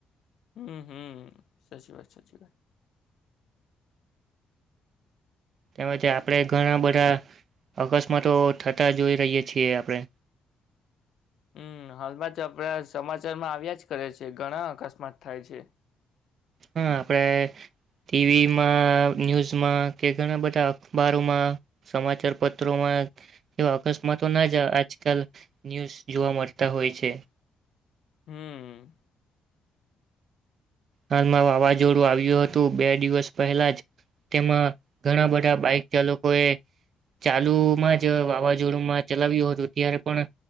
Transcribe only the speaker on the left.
હમ્મ-હમ્મ સાચી વાત, સાચી વાત.
હમ્મ હાલમાં તો આપડા સમાચારમાં આવ્યા જ કરે છે, ઘણા અકસ્માત થાય છે.
હમ્મ.